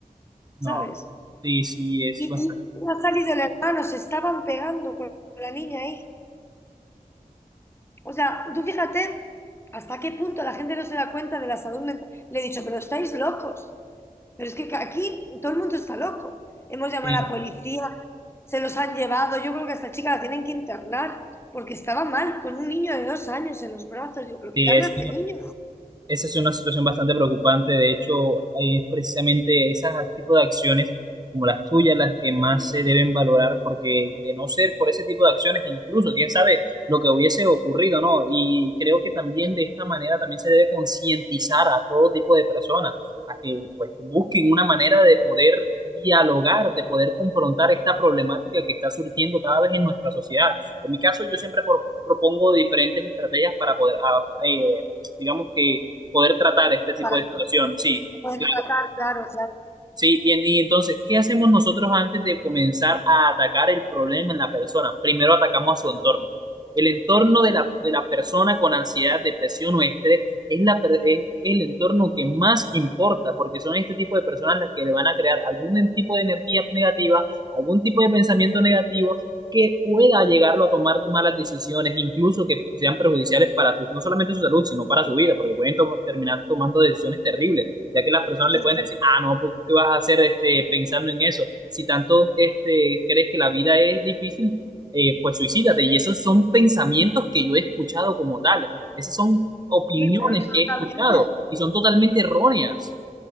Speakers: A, on the right; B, on the left.
A: No,
B: ¿sabes?
A: sí, sí, es
B: Y,
A: bastante.
B: y no ha salido el hermano, se estaban pegando con la niña ahí. O sea, tú fíjate hasta qué punto la gente no se da cuenta de la salud mental. Le he dicho, pero estáis locos. Pero es que aquí todo el mundo está loco. Hemos llamado
A: Sí,
B: a la policía, se los han llevado. Yo creo que a esta chica la tienen que internar porque estaba mal con un niño de dos años en los brazos. Digo, pero
A: sí,
B: quitarle
A: es
B: a este niño
A: Esa es una situación bastante preocupante. De hecho, hay precisamente esos tipos de acciones como las tuyas las que más se deben valorar, porque de no ser por ese tipo de acciones, incluso quién sabe lo que hubiese ocurrido, ¿no? Y creo que también de esta manera también se debe concientizar a todo tipo de personas a que pues busquen una manera de poder dialogar, de poder confrontar esta problemática que está surgiendo cada vez en nuestra sociedad. En mi caso, yo siempre por- propongo diferentes estrategias para poder, a- eh, digamos que poder tratar este tipo
B: para
A: de situación, sí,
B: poder
A: claro.
B: tratar, claro, claro.
A: Sí, y, en- y entonces, ¿qué hacemos nosotros antes de comenzar a atacar el problema en la persona? Primero atacamos a su entorno. El entorno de la, de la persona con ansiedad, depresión o estrés es, la, per- es el entorno que más importa, porque son este tipo de personas las que le van a crear algún tipo de energía negativa, algún tipo de pensamiento negativo que pueda llegarlo a tomar malas decisiones, incluso que sean perjudiciales para sus, no solamente su salud, sino para su vida, porque pueden to- terminar tomando decisiones terribles ya que las personas
B: Sí,
A: le pueden
B: sí,
A: decir, ah, no, pues, ¿qué vas a hacer este, pensando en eso? Si tanto este, crees que la vida es difícil, eh, pues suicídate. Y esos son pensamientos que yo he escuchado como tal. Esas son opiniones
B: sí, pero absolutamente.
A: que he escuchado y son totalmente erróneas.